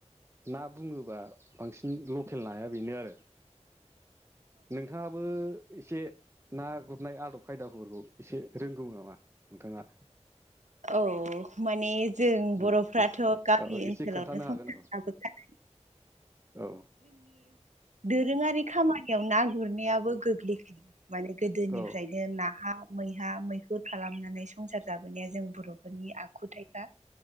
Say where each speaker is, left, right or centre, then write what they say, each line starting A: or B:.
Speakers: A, on the right (about 20°); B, on the right (about 85°).
A: ना बुङोबा बांसिन लकेल नाया बेनो आरो नोंथाङा बो एसे ना गुरनाय आदब खायदाफोरखौ एसे रोंगौ नामा नोंथाङा
B: औ माने जों
A: उम
B: बर'फ्राथ' गामि
A: औ
B: ओनसोलावनो
A: एसे खोन्थानो
B: संसार
A: हागोन
B: जाबोखानाय
A: औ
B: दोरोङारि खामानियाव ना गुरनायाबो गोग्लैखै माने गोदोनिफ्रायनो
A: औ
B: नाहा मैहा मैहुर खालामनानै संसार जाबोनाया जों बर'फोरनि आखुथायखा